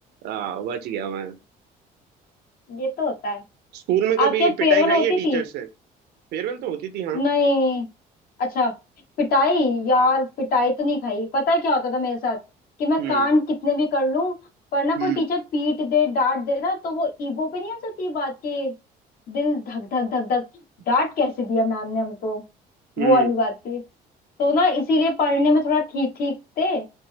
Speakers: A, on the right; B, on the left.
A: हाँ बच गया मैं
B: ये तो होता है
A: स्कूल में कभी
B: आपके फेयरवेल
A: पिटाई खाई
B: होती
A: है
B: थी
A: टीचर से फेयरवेल तो होती थी हाँ
B: नहीं अच्छा पिटाई यार पिटाई तो नहीं खाई पता है क्या होता था मेरे साथ कि मैं
A: हम्म
B: कांड कितने भी कर लूं पर ना कोई
A: हम्म
B: टीचर पीट दे डांट दे ना तो वो ईगो पे नहीं आ जाती बात के दिल धक धक धक धक डांट कैसे दिया मैम ने हमको वो
A: हम्म
B: वाली बात थी तो ना इसीलिए पढ़ने में थोड़ा ठीक ठीक थे